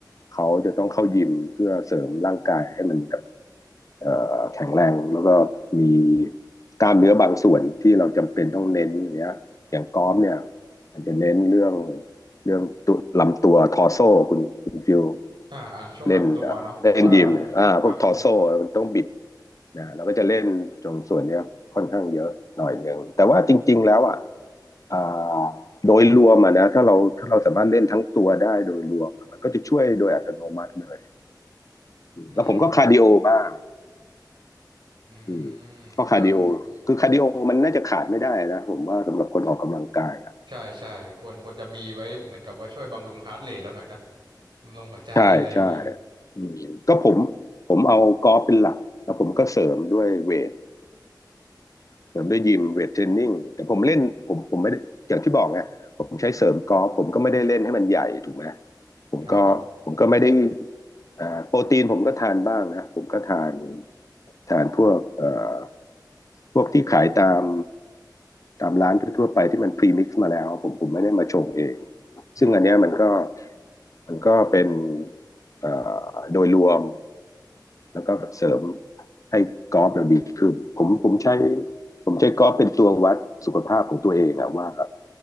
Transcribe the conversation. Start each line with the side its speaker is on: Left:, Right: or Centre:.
Left: เขาจะต้องเข้ายิมเพื่อเสริมร่างกายให้มันแบบเอ่อแข็งแรงแล้วก็มีกล้ามเนื้อบางส่วนที่เราจำเป็นต้องเน้นอย่างเนี้ยอย่างกอล์ฟเนี่ยมันจะเน้นเรื่องเรื่องตัวลำตัวทอร์โซคุณคุณฟิว
Right: อ่าอ่าช่วงลำตัวเนาะเพราะว่า
Left: เล่นเอ่อเล่นยิมอ่าพวกทอร์โซมันต้องบิด
Right: ครับผม
Left: นะเราก็จะเล่นตรงส่วนเนี้ยค่อนข้างเยอะหน่อยหนึ่งแต่ว่าจริงๆแล้วอ่ะ อ่าโดยรวมอะนะถ้าเราถ้าเราสามารถเล่นทั้งตัวได้โดยรวมมันก็จะช่วยโดยอัตโนมัติเลย
Right: อืมอืม
Left: แล้วผมก็คาร์ดิโอบ้าง
Right: อืมเออ
Left: อืมก็คาร์ดิโอคือคาร์ดิโอมันน่าจะขาดไม่ได้นะผมว่าสำหรับคนออกกำลังกายอะ
Right: ใช่ใช่ควรควรจะมีไว้เหมือนกับว่าช่วยบำรุงฮาร์ทเรทแล้วหน่อยนะบำรุงหัวใจอะไรอย่างนี้
Left: ใช่ใช่อืมก็ผมผมเอากอล์ฟเป็นหลักแล้วผมก็เสริมด้วยเวท เสริมด้วยยิมเวทเทรนนิ่งแต่ผมเล่นผมผมไม่อย่างที่บอกไงผมใช้เสริมกอล์ฟผมก็ไม่ได้เล่นให้มันใหญ่ถูกไหมผมก็ผมก็ไม่ได้
Right: ครับผม
Left: อโปรตีนผมก็ทานบ้างนะผมก็ทานทานพวกเอ่อพวกที่ขายตามตามร้านทั่วๆไปที่มันพรีมิกซ์มาแล้วผมผมไม่ได้มาชงเอง
Right: อืม
Left: ซึ่งอันเนี้ยมันก็มันก็เป็นเอ่อโดยรวม แล้วก็เสริมให้กอล์ฟเราดีขึ้นผมผมใช้ผมใช้กอล์ฟเป็นตัววัดสุขภาพของตัวเองอะว่า